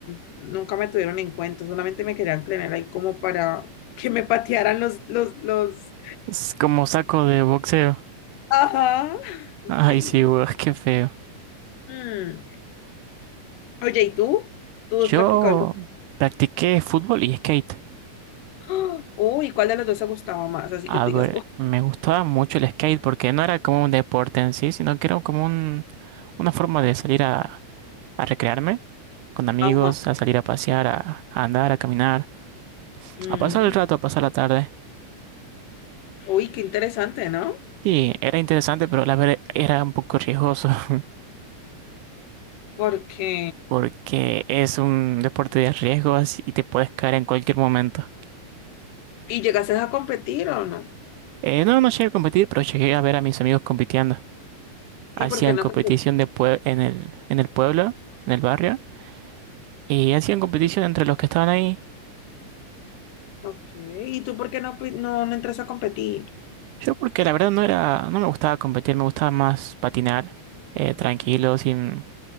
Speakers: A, on the left (about 80°); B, on the right (about 80°).
A: nunca me tuvieron en cuenta, solamente me querían tener ahí como para que me patearan los, los, los,
B: Es como saco de boxeo.
A: ajá,
B: <laughs>
A: <laughs>
B: Ay, sí, weón, qué feo.
A: sí. Oye, ¿y tú? ¿Tú
B: Yo
A: has practicado algo?
B: practiqué fútbol y skate.
A: ¡Ah! Uy, ¿cuál de los dos te gustaba más? Así
B: A
A: que te
B: ver,
A: digas, uy,
B: me gustaba mucho el skate porque no era como un deporte en sí, sino que era como un- una forma de salir a, a recrearme con amigos,
A: ajá.
B: a salir a pasear, a, a andar, a caminar,
A: mm,
B: a pasar el rato, a pasar la tarde.
A: Uy, qué interesante, ¿no?
B: Sí, era interesante, pero la verdad era un poco riesgoso <laughs>
A: Porque...
B: porque es un deporte de riesgos y te puedes caer en cualquier momento.
A: ¿Y llegaste a competir o no?
B: Eh, no, no llegué a competir, pero llegué a ver a mis amigos compitiendo. Hacían
A: ¿Y por qué no
B: competición
A: competiste?
B: de pue- en el, en el pueblo, en el barrio, y hacían competición entre los que estaban ahí.
A: Ok, ¿y tú por qué no, pi- no, no entras a competir?
B: Yo porque la verdad no era, no me gustaba competir, me gustaba más patinar, eh, tranquilo, sin,